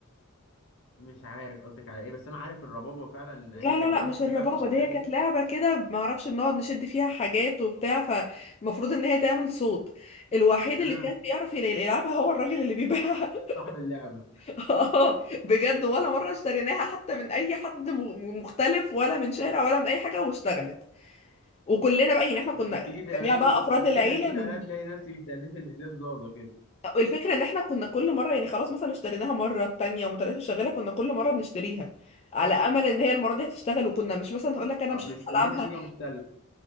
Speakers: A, on the left; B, on the left.
A: مش عارف قصدك على ايه بس انا عارف الربابة فعلا ان
B: لا
A: هي كانت
B: لا لا
A: برضه
B: مش
A: بتتباع
B: الربابة
A: في الالعاب
B: دي هي كانت
A: كده
B: لعبة كده ما اعرفش بنقعد نشد فيها حاجات وبتاع فالمفروض ان هي تعمل صوت الوحيد
A: اه
B: اللي كان بيعرف يل- يلعبها هو الراجل اللي بيبيعها
A: صاحب اللعبة
B: <laughs> اه بجد ولا مرة اشتريناها حتى من اي حد م- مختلف ولا من شارع ولا من اي حاجة واشتغلت وكلنا بقى يعني احنا كنا
A: ت- تيجي تعملي
B: جميع بقى افراد
A: تيجي
B: العيله
A: تهدفي
B: من
A: عليها تلاقي نفسك بتهدفي اللي زياد زازا كده
B: الفكره ان احنا كنا كل مره يعني خلاص مثلا اشتريناها مره التانية ومتلاته شغاله كنا كل مره بنشتريها على
A: آه.
B: امل ان هي المره دي هتشتغل وكنا مش مثلا هقول لك انا
A: آه،
B: مش
A: مستنيه
B: هعرف العبها
A: نتيجة مختلفة